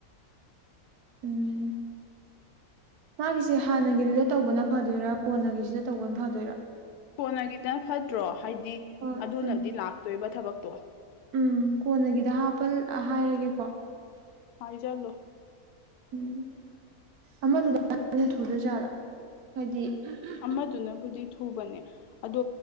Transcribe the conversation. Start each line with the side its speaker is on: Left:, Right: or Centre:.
Right: ꯎꯝ ꯃꯥꯒꯤꯁꯦ ꯍꯥꯟꯅꯒꯤꯗꯨꯗ ꯇꯧꯕꯅ ꯐꯗꯣꯏꯔ ꯀ‌ꯣꯟꯅꯒꯤꯁꯤꯗ ꯇꯧꯕꯅ ꯐꯗꯣꯏꯔ
Left: ꯀꯣꯟꯅꯒꯤꯗꯅ ꯐꯠꯇ꯭ꯔꯣ ꯍꯥꯏꯗꯤ
Right: ꯍꯣꯏ
Left: ꯑꯗꯨꯅꯗꯤ
Right: ꯎꯝ
Left: ꯂꯥꯛꯇꯣꯏꯕ ꯊꯕꯛꯇꯣ
Right: ꯎꯝ ꯀꯣꯟꯅꯒꯤꯗ ꯍꯥꯞꯄꯜ ꯑꯥ ꯍꯥꯏꯔꯒꯦꯀꯣ
Left: ꯍꯥꯏꯖꯜꯂꯣ
Right: ꯎꯝ ꯑꯃꯗꯨꯗ <inaudible> ꯊꯨꯗꯣꯏꯖꯥꯠꯂ ꯍꯥꯏꯗꯤ <unintelligible>
Left: ꯑꯃꯗꯨꯅꯕꯨꯗꯤ ꯊꯨꯕꯅꯦ ꯑꯗꯣ